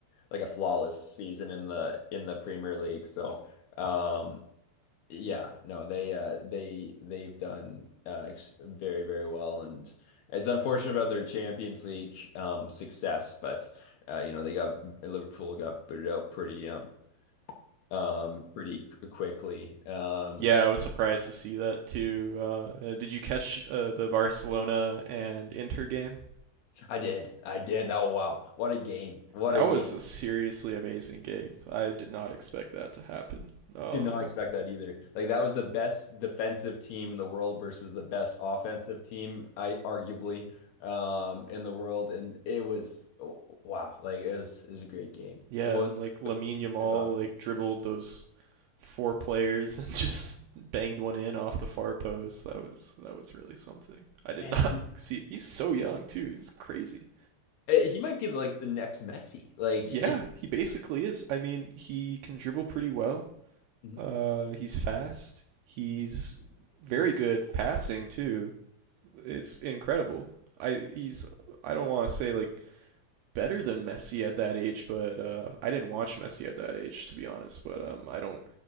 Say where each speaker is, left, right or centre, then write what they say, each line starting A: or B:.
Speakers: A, on the left; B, on the right.
A: like a flawless season in the in the Premier League. So, um yeah, no, they uh they they've done uh ex- very very well and it's unfortunate about their Champions League um success, but uh you know, they got Liverpool got booted out pretty um um pretty quickly. Um
B: Yeah, I was surprised to see that too. Uh, did you catch uh, the Barcelona and Inter game?
A: I did. I did. That wow. What a game. What
B: That
A: a
B: was
A: game.
B: a seriously amazing game. I did not expect that to happen. Um,
A: Did not expect that either. Like that was the best defensive team in the world versus the best offensive team, I arguably um in the world and it was oh, wow. Like it was it was a great game.
B: Yeah,
A: It was
B: and like Lamine
A: what's what's
B: Yamal
A: your thoughts?
B: like dribbled those four players <laughs> and just banged one in off the far post. That was that was really something. I did
A: Man,
B: not
A: he
B: <laughs> see. He's so young too. It's crazy.
A: eh, he might be like the next Messi. Like
B: Yeah, he basically is. I mean, he can dribble pretty well.
A: <laughs>
B: Uh, he's fast. He's very good passing too. It's incredible. I he's I don't want to say like better than Messi at that age, but uh, I didn't watch Messi at that age to be honest. But um, I don't